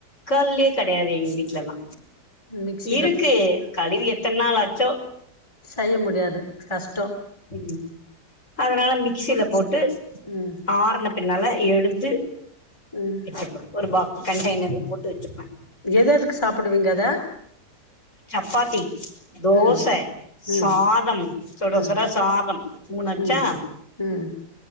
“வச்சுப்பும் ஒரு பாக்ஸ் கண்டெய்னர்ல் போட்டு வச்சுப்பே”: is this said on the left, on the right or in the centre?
Left